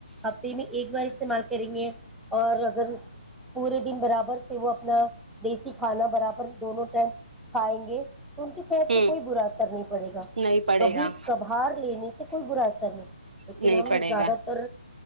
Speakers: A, in the centre; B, on the right.
A: ہفتے میں ایک بار استعمال کریں گے اور اگر پورے دن برابر وہ اپنا دیسی کھانا برابر دونوں ٹائم کھائیں گے تو ان کی صحت
B: ہوں
A: پہ کوئی برا اثر نہیں پڑے گا
B: نہیں پڑے
A: کبھی
B: گا
A: کبھار لینے سے کوئی برا اثا نہیں لیکن
B: نہیں
A: ہم
B: پڑے
A: زیادہ
B: گا
A: تر